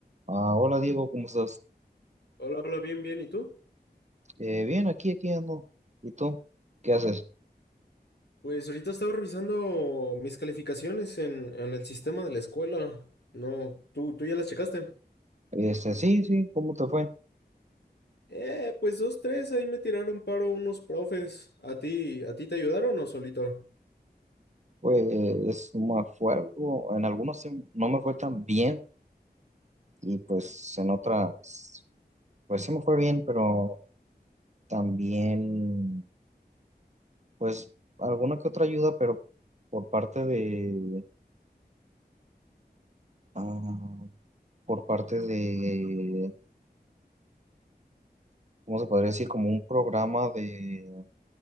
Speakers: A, on the right; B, on the left.
A: Ah, hola Diego, ¿cómo estás?
B: Hola, hola, bien, bien. ¿Y tú?
A: Eh, bien, aquí, aquí ando. ¿Y tú? ¿Qué haces?
B: Pues ahorita estaba revisando mis calificaciones en, en el sistema de la escuela. No, ¿tú, tú ya las checaste?
A: Este, sí, sí, ¿cómo te fue?
B: Eh, pues dos, tres, ahí me tiraron paro unos profes. ¿A ti, a ti te ayudaron o solito?
A: Pues es me fue algo, en algunos sí no me fue tan bien y pues en otras, pues sí me fue bien, pero también, pues alguna que otra ayuda, pero por parte de, ah, por parte de, ¿cómo se podría decir? Como un programa de,